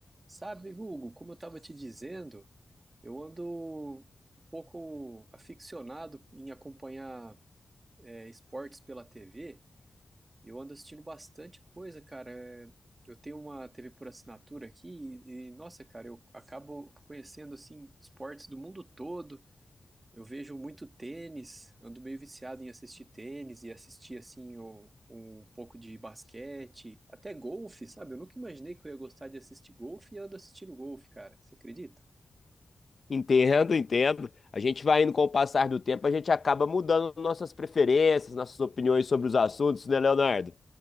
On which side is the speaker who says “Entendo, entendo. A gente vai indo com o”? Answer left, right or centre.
Left